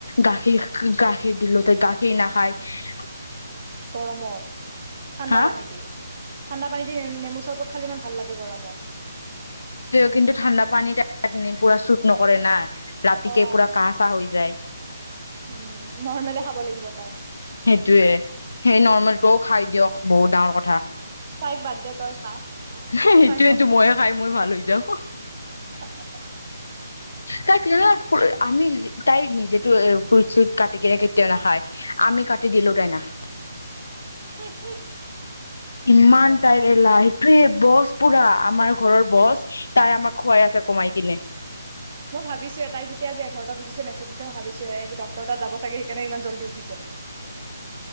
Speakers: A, on the left; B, on the right.
A: গাখীৰ গাখীৰ দিলো তাই গাখীৰ নাখায়
B: গৰমত ঠাণ্ডা
A: হা
B: পানী দে ঠাণ্ডা পানী দি নেমুৰ চৰবত খালে ইমান ভাল লাগে গৰমত
A: কিন্তু ঠাণ্ডা পানী তাত পুৰা চুট নকৰে নাই ৰাতিকে
B: অ
A: পুৰা কাহ চাহ হৈ যায়।
B: উম
A: সেইটোৱে
B: নৰ্মেলে খাব লাগিব তাই
A: সেই নৰ্মেল তও খাই দিয়ক বহুত ডাঙৰ কথা
B: তাই বাদ্ দে তই খা
A: সেইটোয়েটো
B: তাই ম
A: মইয়ে খাই মই ভাল হৈ যাওঁ
B: <unintelligible>
A: তাই আমি তাই নিজেটো ফ্ৰুত চুট কাটি কিনে কেতিয়াও নাখায়, আমি কাটি দিলও তাই নাখায়
B: হ হু
A: ইমান <unintelligible> তে বছ পুৰা আমাৰ ঘৰৰ বছ তাই আমাক খোৱাই আছে কমাই কিনে
B: মই ভাবিছো এ তাই যেতিয়া যে এঘাৰ তাত উঠিছে মেছেজ দিছে মই ভাবিছো ডক্তৰ তাত যাব চাগে, সেইকাৰণে ইমান জল্দি উঠিছে